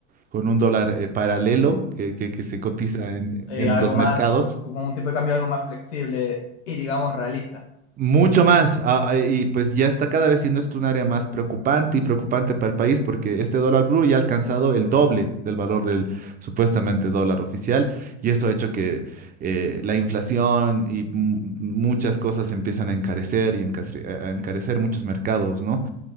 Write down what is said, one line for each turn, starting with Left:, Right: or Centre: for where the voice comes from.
Right: con un dólar eh, paralelo que, que- que se cotiza en
Left: eh,
Right: en
Left: algo
Right: los
Left: más,
Right: mercados.
Left: con un tipo de cambio algo más flexible y digamos realista.
Right: Mucho más. ah, ah, y pues ya está cada vez siendo esto un área más preocupante y preocupante para el país porque este dólar blue ya ha alcanzado el doble del valor del supuestamente dólar oficial y eso ha hecho que eh, la inflación y mu- muchas cosas empiezan a encarecer y encasre- a a encarecer muchos mercados, ¿no?